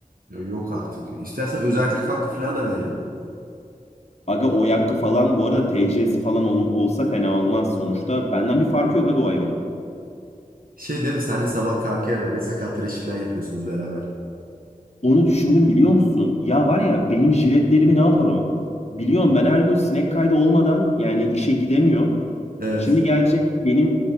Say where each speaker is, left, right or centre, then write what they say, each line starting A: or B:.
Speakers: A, on the right; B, on the left.
A: Ya yok artık. İstersen özellik hakkı falan da verelim.
B: Aga o yakkı falan bu arada TC'si falan ol- olsa fena olmaz sonuçta. Benden bir farkı yok aga o hayvanın.
A: Şey değil mi? Senle sabah kalkıyor böyle sakat tıraşı falan yapıyorsunuz beraber.
B: Onu düşündüm biliyor musun? Ya var ya benim jiletlerimi ne yapar o? Biliyorum ben her gün sinek kaydı olmadan yani işe gidemiyor.
A: Evet.
B: Şimdi gelecek benim